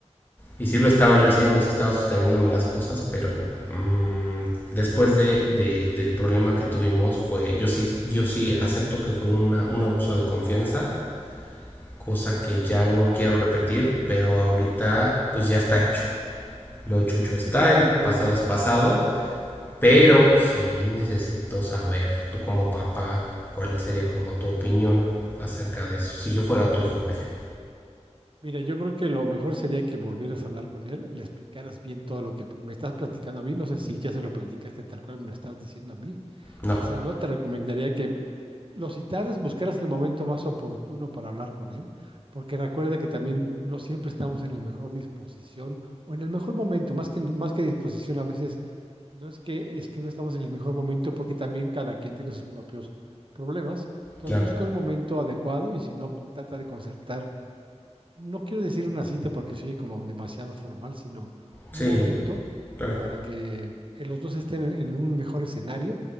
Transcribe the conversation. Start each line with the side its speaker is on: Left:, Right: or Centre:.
Left: Y sí lo estaba yo haciendo, sí estaba sosteniéndome las cosas, pero mmm, después de, de, del problema que tuvimos fue, yo sí, yo sí acepto que fue una, un abuso de confianza, cosa que ya no quiero repetir, pero ahorita pues ya está hecho. Lo hecho, hecho está,
Right: Sí, claro,
Left: el pasado
Right: obviamente.
Left: es pasado pero sí necesito saber, tú como papá, cuál sería como tu opinión acerca de eso. Si yo fuera tu hijo, vaya.
Right: Mira, yo creo que lo mejor sería que volvieras a hablar con él, le explicaras bien todo lo que me estás platicando a mí. No sé si ya se lo platicaste tal cual me lo estás diciendo a mí.
Left: No,
Right: Si no, te recomendaría que lo citaras, buscaras el momento más oportuno para hablar con él, porque recuerda que también no siempre estamos en la mejor disposición o en el mejor momento, más que, más que disposición, a veces No es que, es que no estamos en el mejor momento porque también cada quien tiene sus propios problemas. Entonces
Left: claro.
Right: busca un momento adecuado y si no, trata de concertar. No quiero decir una cita porque soy como demasiado formal, sino un
Left: Sí,
Right: momento
Left: claro,
Right: para que eh, los dos estén en, en un mejor escenario